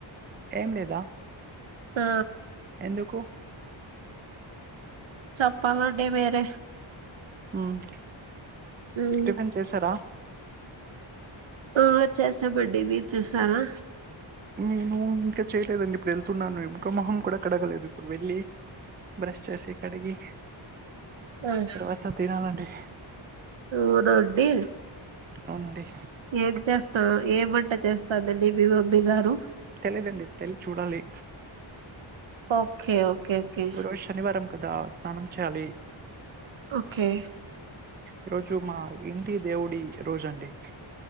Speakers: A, on the right; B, on the right.
A: ఏమ్ లేదా
B: ఆ
A: ఎందుకు
B: చెప్పాలండి మీరే
A: ఉమ్
B: మ్మ్
A: టిఫిన్ చేసారా
B: ఆ చేయమండి మీర్ చేసారా
A: నేను ఇంకా చేయలేదండి ఇప్పుడు ఎళ్తున్నాను ఇంకా మొహం కూడా కడగలేదు ఇప్పుడు వెళ్ళి బ్రెష్ చేశి కడిగి
B: ఉమ్
A: తర్వాత తినాలండి
B: ఊరోటి
A: అవునండి
B: ఏం చేస్తవ్ ఏవంట చేస్తదండి మీ మమ్మి గారు
A: తెలేదండి ఇప్పుడెల్ చూడాలి
B: ఓకే ఓకే ఓకే
A: ఓరోష్ శనివారం కదా స్నానం చాలి
B: ఓకే
A: ఈ రోజు మా ఇంటి దేవుడి రోజండి